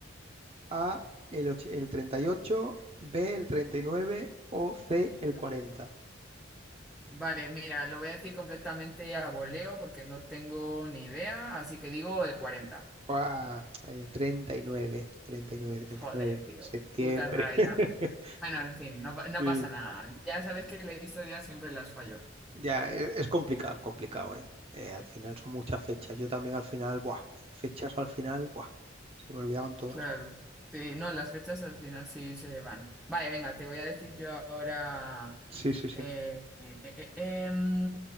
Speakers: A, on the right; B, in the centre.
A: A, el, och- el treinta y ocho B, el treinta y nueve o C, el cuarenta
B: Vale, mira, lo voy a decir completamente a voleo porque no tengo ni idea, así que digo el cuarenta
A: Guau, el treinta treinta y y nueve treinta y nueve treinta
B: Joder,
A: y nueve
B: tío,
A: septiembre.
B: qué puta rabia.
A: <laughs>
B: Bueno, en fin, no, pa- no
A: sí
B: pasa nada. Ya sabes que la historia siempre las fallo.
A: Ya, e- es, complicado, es complicado, ¿eh? Eh, Al final son muchas fechas. Yo también al final, buah, fechas al final, buah, se me olvidaban todas.
B: Claro. Sí, no, las fechas al final sí se van. Vale, venga, te voy a decir yo ahora
A: Sí, sí, sí.
B: eh, eh, eh, eh, em,